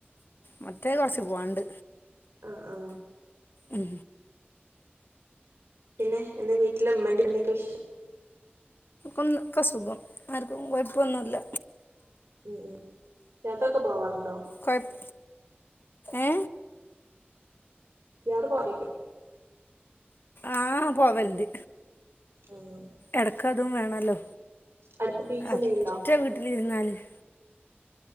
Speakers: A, on the left (about 60°); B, on the right (about 80°).
A: മറ്റേത് കൊർച്ച് പോവാണ്ട്
B: അ ആ
A: ഉം
B: പിന്നെ എന്താ വീട്ടിലെ ഇമ്മന്റിം ഇപ്പന്റിം ഒക്കെ വിശേഷം
A: ഒന്നും ഒക്കെ സുഖം ആർക്കും കൊഴപ്പൊന്നുല്ല
B: ഉം യാത്രൊക്കെ പോവാറുണ്ടോ
A: കുഴപ്പ ഏ
B: <unintelligible>
A: ആ പോവൽണ്ട്
B: ഉം
A: എടക്ക് അതും വേണല്ലോ
B: അടുത്ത് ബീച്ച്
A: പറ്റെ
B: എന്തെങ്കിലുണ്ടോ
A: വീട്ടിലിര്ന്നാലെയ്